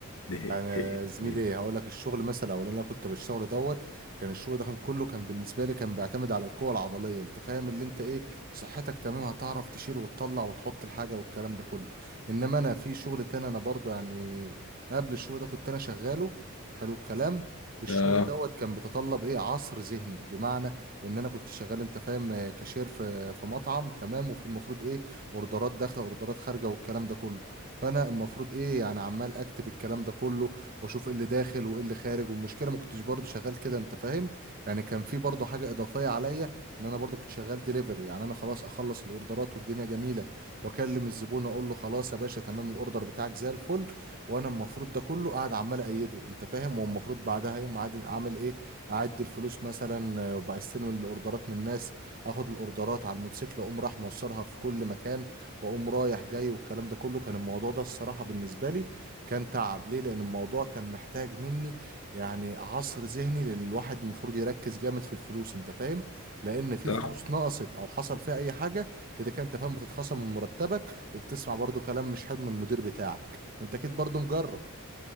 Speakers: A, on the left; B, on the right.
A: <laughs>
B: يعني زميلي هقول لك الشغل مثلا او اللي انا كنت بشتغله دوت كان الشغل ده كان كله كان بالنسبه لي كان بيعتمد على القوه العضليه انت فاهم اللي انت ايه صحتك تمام هتعرف تشيل وتطلع وتحط الحاجه والكلام ده كله انما انا في شغل تاني انا برضو يعني قبل الشغل ده كنت انا شغاله حلو الكلام الشغل
A: اه
B: دوت كان بيتطلب ايه عصر ذهني بمعنى ان انا كنت شغال انت فاهم آه، كاشير في في مطعم تمام وفي المفروض ايه اوردرات داخله اوردرات خارجه والكلام ده كله فانا المفروض ايه يعني عمال اكتب الكلام ده كله واشوف ايه اللي داخل وايه اللي خارج والمشكله ما كنتش برضه شغال كده انت فاهم يعني كان في برضه حاجه اضافيه عليا ان انا برضه كنت شغال دليفري يعني انا خلاص اخلص الاوردرات والدنيا جميله واكلم الزبون اقول له خلاص يا باشا تمام الاوردر بتاعك زي الفل وانا المفروض ده كله قاعد عمال ايده انت فاهم والمفروض بعدها يوم عاد- اعمل ايه اعد الفلوس مثلا آه، وبستلم الاوردرات من الناس اخد الاوردرات على الموتوسيكل اقوم راح موصلها في كل مكان واقوم رايح جاي والكلام ده كله كان الموضوع ده الصراحه بالنسبه لي كان تعب ليه لان الموضوع كان محتاج مني يعني عصر ذهني لان الواحد المفروض يركز جامد في الفلوس انت فاهم لان في
A: صح
B: فلوس نقصت او حصل فيها اي حاجه كده كده انت فاهم بتتخصم من مرتبك وبتسمع برضو كلام مش حلو من المدير بتاعك وانت اكيد برضو مجرب